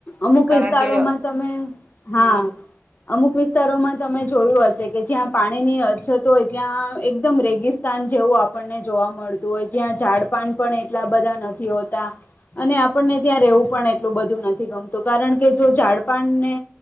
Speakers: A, on the left; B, on the right.
A: અમુક
B: કારણ
A: વિસ્તારોમાં
B: કે
A: તમે હા
B: હમ
A: અમુક વિસ્તારોમાં તમે જોયું હશે કે જ્યાં પાણીની અછત હોય ત્યાં એકદમ રેગિસ્તાન જેવું આપણને જોવા મળતું હોય જ્યાં ઝાડપાન પણ એટલા બધા નથી હોતા અને આપ ને ત્યાં રહેવું પણ એટલું બધું ન થી ગમતું કારણ કે જો ઝાડપાનને